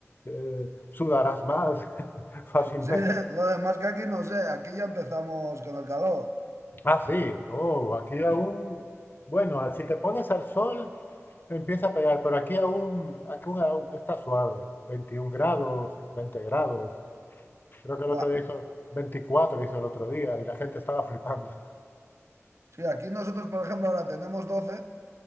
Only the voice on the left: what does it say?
eh, sudarás más <laughs> fácilmente.
Ah, sí. Oh, aquí aún. Bueno, ah, si te pones al sol, empieza a pegar, pero aquí aún, aquí aún- aún está suave. veintiún grados, 20 grados. Creo que el
otro día hizo 24, hizo el otro día, y la gente estaba flipando.